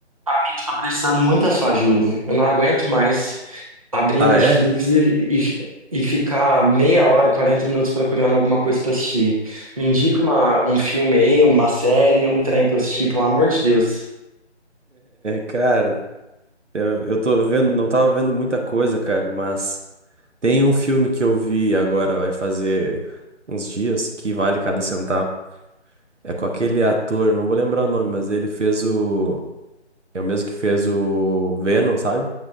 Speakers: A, on the right; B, on the right.
A: Amigo, tá precisando muito da sua ajuda. Eu não aguento mais abrir
B: Ah,
A: a Netflix
B: é? <laughs>
A: e, e, e ficar meia hora, 40 minutos procurando alguma coisa pra assistir. Me indica uma, um filme aí, uma série, um trem pra eu assistir, pelo amor de Deus.
B: cara, eu, eu tô vendo, não tava vendo muita coisa, cara, mas tem um filme que eu vi agora, vai fazer uns dias, que vale cada centavo. É com aquele ator, não vou lembrar o nome, mas ele fez o. É o mesmo que fez o Venom, sabe?